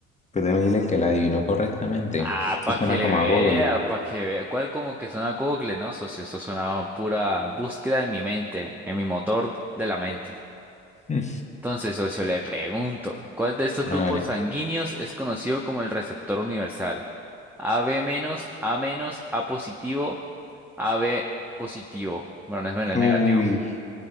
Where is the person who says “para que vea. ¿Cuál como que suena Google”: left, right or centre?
Centre